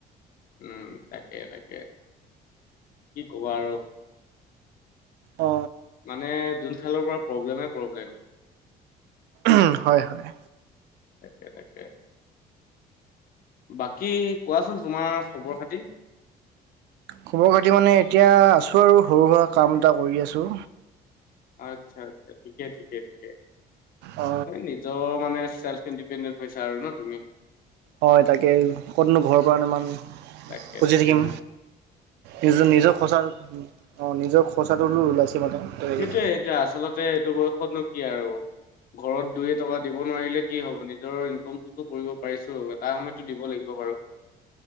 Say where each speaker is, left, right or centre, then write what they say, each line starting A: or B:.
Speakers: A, on the left; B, on the right.
A: উম তাকে তাকে কি ক'বা আৰু
B: অ
A: মানে যোন খালৰ পৰা প্ৰব্লেমে প্ৰব্লেম
B: উম হয় হয়
A: তাকে তাকে বাকী কোৱাচোন তোমাৰ খবৰ খাতি?
B: খবৰ খাতি মানে এতিয়া আছোঁ আৰু সৰু সুৰা কাম এটা কৰি আছোঁ।
A: আচ্ছা আচ্ছা ঠিকে ঠিকে ঠিকে
B: অ
A: নিজৰ মানে চেল্ফ ইণ্ডিপেডেন্ট হৈছে আৰু ন তুমি
B: হয় তাকে ক'তনো ঘৰৰ পৰা ইমান
A: তাকে
B: খুজি
A: তাকে
B: থাকিম
A: বহ
B: নিজৰ নিজৰ খৰচা অ নিজৰ খৰচাটো হলো ওলাইছে মানে তাকে
A: সেইটোয়ে সেইটোয়ে আচলতে এইটো বয়সত নো কি আৰু ঘৰত দুইয়ে টকা দিব নোৱাৰিলে কি হ'ব নিজৰ ইনকমটোতো কৰিব পাৰিছো এটা সময়তো দিব লাগিব। বাৰু